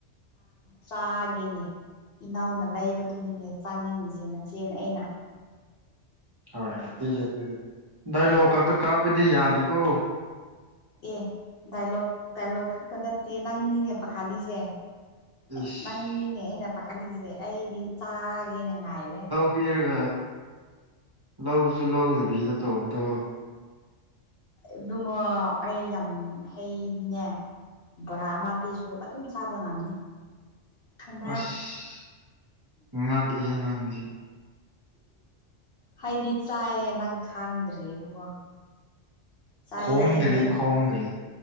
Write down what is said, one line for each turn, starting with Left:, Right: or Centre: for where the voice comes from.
Left: ꯆꯥꯒꯦꯅꯦ ꯏꯅꯥꯎꯅ ꯂꯩꯕꯗꯨꯅꯤꯅꯦ ꯆꯥꯅꯤꯡꯉꯤꯁꯦ ꯅꯆꯦꯅ ꯑꯩꯅ
Right: ꯍꯣꯏ ꯍꯣꯏ ꯄꯤꯒꯦ ꯄꯤꯒꯦ ꯗꯥꯏꯂꫭꯒ ꯈꯛꯇ ꯀꯥꯞꯄꯗꯤ ꯌꯥꯗꯦꯀꯣ
Left: ꯑꯦ ꯗꯥꯏꯂꯣꯛ ꯗꯥꯏꯂꯣꯛ ꯈꯛꯇ ꯅꯠꯇꯦ ꯅꯪꯅꯤꯅꯦ ꯄꯥꯈꯠꯂꯤꯁꯦ ꯑꯦ
Right: ꯏꯁ
Left: ꯅꯪꯅꯤꯅꯦ ꯑꯩꯅ ꯄꯥꯈꯠꯂꯤꯁꯦ ꯑꯩꯗꯤ ꯆꯥꯒꯦꯅ ꯉꯥꯏꯔꯦ
Right: ꯄꯤꯔꯒ ꯂꯧꯁꯨ ꯂꯧꯗꯕꯤꯗ ꯇꯧꯕꯗꯣ
Left: ꯑꯗꯨꯃ ꯑꯩ ꯌꯥꯝ ꯍꯩꯗꯤꯅꯦ ꯕꯣꯔꯥ ꯑꯃ ꯄꯤꯁꯨ ꯑꯗꯨꯝ ꯆꯥꯕ ꯉꯝꯅꯤ ꯈꯪꯕ꯭ꯔꯥ
Right: ꯑꯁ ꯉꯥꯛꯏꯍꯦ ꯅꯪꯉꯁꯦ
Left: ꯍꯥꯏꯗꯤ ꯆꯥꯏꯍꯦ ꯅꯪ ꯈꯥꯡꯗ꯭ꯔꯤ ꯏꯕꯨꯡꯉꯣ ꯆꯥꯏꯑ
Right: ꯈꯣꯡꯗ꯭ꯔꯦ
Left: ꯍꯩ
Right: ꯈꯣꯡꯗ꯭ꯔꯦ